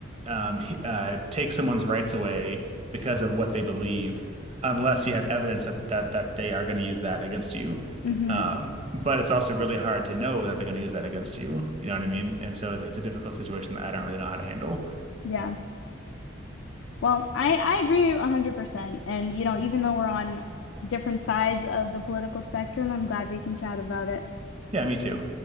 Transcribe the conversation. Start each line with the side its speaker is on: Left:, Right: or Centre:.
Right: um, h- uh, take someone's rights away because of what they believe, unless you have evidence that that, that they are going to use that against you.
Left: hmm
Right: Um, but it's also really hard to know that they're going to use that against you. You know what I mean? And so it's a difficult situation that I don't really know how to handle.
Left: Yeah. Well, I I agree 100%. And you know, even though we're on different sides of the political spectrum, I'm glad we can chat about it.
Right: Yeah, me too.